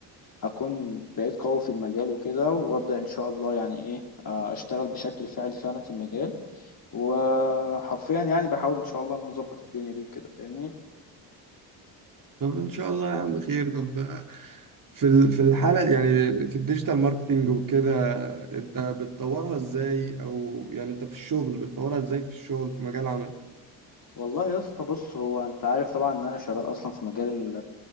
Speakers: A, on the left (about 45°); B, on the right (about 45°).
A: اكون بقيت قوي في المجال وكده وابدأ ان شاء الله يعني ايه آه، اشتغل بشكل فعلي فعلا في المجال وحرفيا يعني بحاول ان شاء الله ان أنا اظبط الدنيا دي وكده فاهمني
B: طب ان شاء الله يا عم خير طب في ال- في الحالة يعني في الديجيتال ماركتينج وكده انت بتطورها ازاي او يعني انت في الشغل بتطورها ازاي في الشغل في مجال عمل
A: والله يا اسطى بص هو انت عارف طبعا ان انا شغال اصلا في مجال